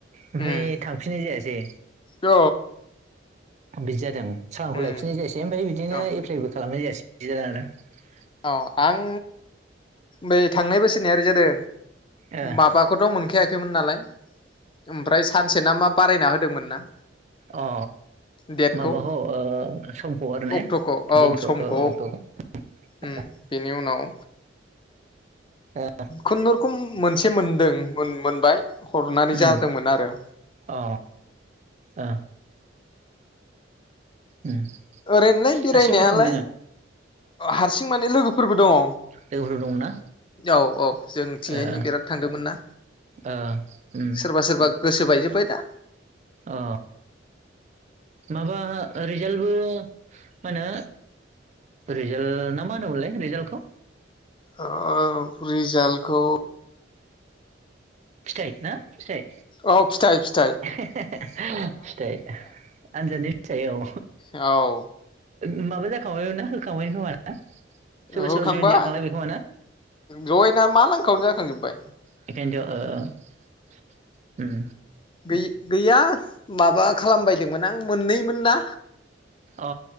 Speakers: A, on the right; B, on the left.
A: ओमफाय
B: उम
A: थांफिननाय जायासै
B: औ
A: बिदि जादों सालानखौ
B: उम
A: लाफिननाय जायासै ओमफाय बिदिनो
B: औ
A: एप्लाइबो खालामनाय जायासै बिदि जानानो <inaudible>
B: औ आं बै थांनाय बोसोरनिया ओरै जादों
A: आरो
B: माबाखौथ' मोनखायाखैमोन नालाय ओमफ्राय सानसे ना मा बारायना होदोंमोन ना।
A: अ
B: डेटखौ
A: माबाखौ ओ समखौ आरो ने
B: अक्ट'खौ औ
A: दिनखौ
B: समखौ
A: ओ अक्टखौ
B: उम बिनियाव उनाव
A: अ
B: खुनुरुखुम मोनसे मोनदों। मोन-मोनबाय हरनानै
A: उम
B: जादोंमोन आरो।
A: अ ओ उम हारसिं
B: ओरैनोलाय बेरायनायालाय
A: फैदोंमोन नोंङो?
B: हारसिं माने लोगोफोरबो दं।
A: लोगोफोर दंमोनना
B: औ-औ जों थिंजायनि
A: ओ
B: बिराद थांदोंमोन ना
A: ओ उम
B: सोरबा-सोरबा गोसो बायजोब्बाय दा
A: ओ माबा रिजाल्टबो मा होनो रिजाल्ट ना मा होनोमलै रिजाल्टखौ
B: ओ रिजालखौ
A: फिथाइ ना फिथाइ
B: औ फिथाइ फिथाइ
A: <unintelligible> फिथाइ आनजादनि फिथाइयाव
B: औ
A: <unintelligible> माबा जाग <unintelligible> ना होखाबायआनो खोमा ना सोरबा
B: ओ होखांबाय
A: सोरबा जयेन जाखांलायबाय खोमा ना
B: जयेना मा लांखावनो जा खांजोबबाय
A: बेखायनोथ ओ उम
B: गै-गैया माबा खालामबायदोंमोन आं मोननैमोन ना
A: ओ उम अ ओ